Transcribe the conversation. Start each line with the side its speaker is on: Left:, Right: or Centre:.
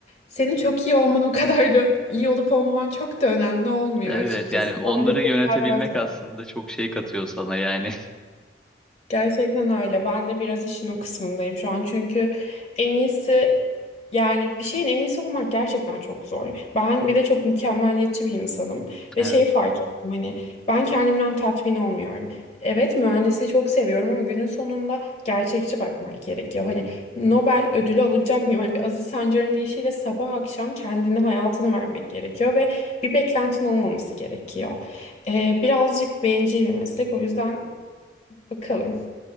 Left: senin çok iyi olman o kadar da iyi olup olmaman çok da önemli olmuyor
Centre: Evet
Left: açıkçası.
Centre: yani onları
Left: Bence
Centre: yönetebilmek
Left: zeka biraz o.
Centre: aslında çok şey katıyor sana yani.
Left: Gerçekten öyle. Ben de biraz işin o kısmındayım şu an. Çünkü en iyisi yani bir şeyin en iyisi olmak gerçekten çok zor. Ben bir de çok mükemmeliyetçi bir insanım
Centre: <laughs>
Left: ve şeyi fark ettim hani ben kendimden tatmin olmuyorum. Evet mühendisliği çok seviyorum ama günün sonunda gerçekçi bakmak gerekiyor. Hani Nobel ödülü alabilecek miyim? Hani bir Aziz Sancar'ın deyişiyle sabah akşam kendini hayatını vermek gerekiyor ve bir beklentin olmaması gerekiyor. Ee, birazcık bencil bir meslek o yüzden bakalım.